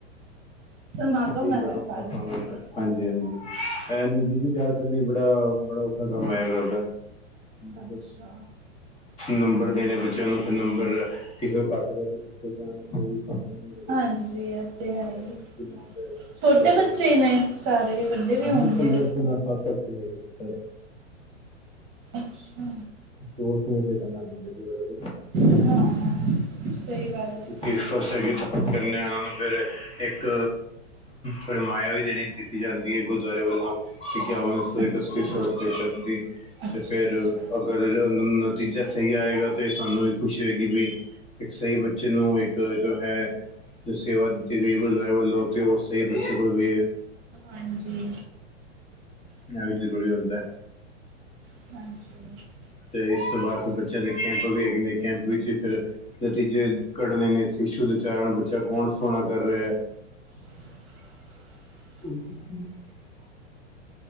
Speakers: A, on the right (about 35°); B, on the left (about 15°).
A: ਸਮਾਗਮ
B: ਇਹ
A: ਹੈਗਾ
B: ਬੜਾ ਔਖਾ
A: ਕੱਲ
B: ਕੰਮ ਹੁੰਦਾ। ਹਾਂਜੀ ਹਾਂਜੀ ਇਹ ਨਤੀਜੇ ਤਿਆਰ ਕਰਨੇ ਬੜਾ ਬੜਾ ਔਖਾ ਕੰਮ ਹੋਇਆ ਕਰਦਾ। ਮਤਲਬ?
A: ਅੱਛਾ
B: ਨੰਬਰ ਦੇਣੇ ਬੱਚਿਆਂ ਨੂੰ ਫੇਰ ਨੰਬਰ ਕਿਸੇ ਨੂੰ ਘੱਟ ਵੱਧ ਦਿੱਤੇ ਜਾਣ ਕੋਈ ਕੰਮ
A: ਹਾਂਜੀ ਹੈ ਹੀ
B: ਹੋ ਜਾਏ
A: ਛੋਟੇ
B: ਤੇ
A: ਬੱਚੇ ਨੇ ਸਾਰੇ ਵੱਡੇ ਵੀ
B: ਹਾਂਜੀ
A: ਹੋਣਗੇ?
B: <unintelligible> ਜੀ ਸਾਰੇ।
A: ਅੱਛਾ।
B: ਸੋਚ ਸਮਝ ਕੇ ਕਰਨਾ ਪੈਂਦਾ ਜੀ ਬੜਾ ਕੁਛ।
A: ਹਾਂ ਸਹੀ ਗੱਲ ਹੈ
B: ਫਸਟ ਸੈਕੰਡ ਥਰਡ <unintelligible> ਉਹਨਾਂ ਨੂੰ ਫੇਰ ਇੱਕ ਫੇਰ ਮਾਇਆ ਵੀ ਦੇਣੀ ਦਿੱਤੀ ਜਾਂਦੀ ਹੈ ਗੁਰਦੁਆਰੇ ਵੱਲੋਂ ਇਕਯਾਵਨ ਸੌ
A: ਅੱਛਾ
B: ਇਕੱਤੀ ਸੌ ਰੁਪਏ ਤੱਕ ਦੀ
A: ਅੱਛਾ
B: ਤੇ ਫੇਰ
A: ਅੱਛਾ
B: ਅਗਰ ਨਤੀਜਾ ਸਹੀ ਆਏਗਾ ਤੇ ਸਾਨੂੰ ਵੀ ਖੁਸ਼ੀ ਹੋਏਗੀ ਬਈ ਇੱਕ ਸਹੀ ਬੱਚੇ ਨੂੰ ਇੱਕ ਜੋ ਹੈ ਜੋ ਸੇਵਾ ਦਿੱਤੀ ਗਈ ਗੁਰਦੁਆਰੇ ਵੱਲੋਂ ਕੇ ਉਹ ਸਹੀ ਬੱਚੇ ਕੋਲ ਗਈ ਹੈ।
A: ਹਾਂਜੀ।
B: ਇਹ ਵੀ ਜ਼ਰੂਰੀ ਹੁੰਦਾ।
A: ਹਾਂਜੀ।
B: ਤੇ ਇਸ ਤੋਂ ਬਾਅਦ ਫੇਰ ਬੱਚਿਆਂ ਦੇ ਕੈਂਪ ਵੀ ਹੈਗੇ ਨੇ ਕੈਂਪ ਵਿੱਚ ਫੇਰ ਨਤੀਜੇ ਕੱਢਣੇ ਨੇ ਸ਼ੀਸ਼ੂ ਦੇ ਚਾਰਨ ਬੱਚਾ ਕੌਣ ਸੋਹਣਾ ਕਰ ਰਿਹਾ ਹੈ।
A: <inaudible>
B: <unintelligible>